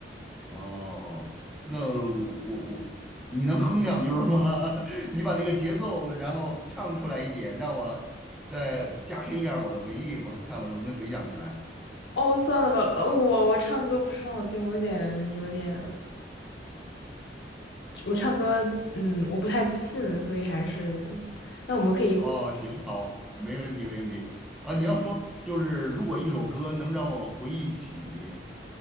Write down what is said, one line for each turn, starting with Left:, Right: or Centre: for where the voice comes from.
Centre: 哦，那我我你能哼两句儿吗？<laughs> 你把那个节奏，然后唱出来一点，让我再加深一下我的回忆，我看我能不能回想起来。
Left: 哦，算了吧，呃我我唱歌不是很好听，我有点有点，我唱歌嗯，我不太自信，所以还是那我们可以互
Centre: 哦，行，好，没问题，没问题。啊，你要说就是如果一首歌能让我回忆起